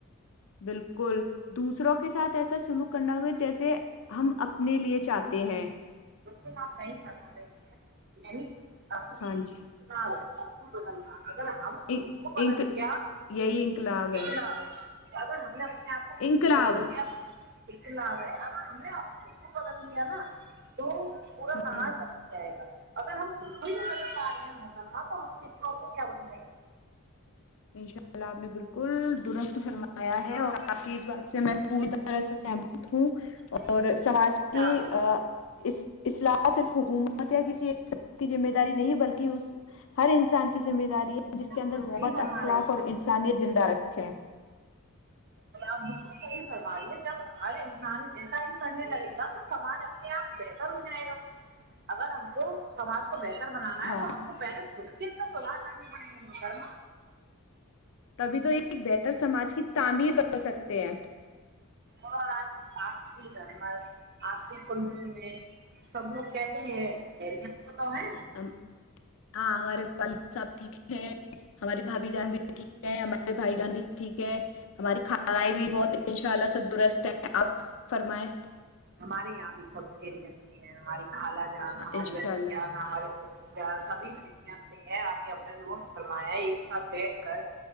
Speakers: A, on the left; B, on the right.
A: بالکل دوسروں کے ساتھ ایسا سلوک کرنا ہوگا جیسے ہم اپنے لیے چاہتے ہیں
B: بالکل تو آپ صحیح فما رہی ہیں اس نہیںنا
A: ہاں جی
B: ابتو بدلنا اگر ہم
A: ان-
B: خود کو بدل
A: انق-
B: لیا
A: یہی انقلاب
B: کتنا
A: ہے
B: اگر ہم نے اپ آپ کو
A: انقلاب
B: بل گے آپ سک لوے آا ہمکو بدل نا تو پورا
A: ہ
B: سماج بدل جائے گا اگر ہم خود کوئی بھی بدل پا رہے ہیں موترم تو ہم کسی اور کو کیا بدلیں گے
A: انشاء اللہ آپ نے بالکل درست فرمایا ہے
B: ہاں
A: اور آپ کی اس بات سے میں پتار سمپ تھو
B: انشاء
A: اور سماج کی
B: اللہ
A: اس الاح صرف حکومت متیا کسی ایک کی ذمہ داری د نہیں بلکہ اس ہر انسان کی ذمہ داری جس
B: بالکل
A: کے اندر
B: صحیح
A: محبت
B: فرما
A: ا اخلاف
B: رہی ہیں
A: اور انسانیت زندہ رکھ کیا
B: اور آپ بالکل صحیح کروائیے جب ہر انسان ایسا ہی کرنے لگے گا تو سماج اپنے آپ بہتر ہو جائے گا اگر ہم کو ساج کو بہتر بنانا
A: ہاں
B: ہے تو ہم کو پہلے خود کتاسو رہا لانے بائ مترم
A: تبھی تو ایک بہتر سماج کی تعمیر کر سکتے ہیں
B: اور آج آپ کی گھرمت آپ کی کن میں سب لوگ کیس ہیںریس تو تو ہے
A: ہم ہاں ہمارے والد صاحب ٹھیک ہے ہماری بھابھی جان بھی ٹھیک ہے ہمارے بھائی جان بھی ٹھیک ہے ہماری خھالائی بھی بہت ہے ان شاء اللہ سب درست ہیں آپ فرمائیں
B: ہمارے یہاں بھی سب پھیلی اچھی ہیں ہماری کالا جان ہماری
A: انشاء
B: اھی
A: اللہ
B: جان ہماری پ سبھی سلیاں سے ہیں ابھی ہم نے روز فرمایا ایک ساتھ بیٹھ کر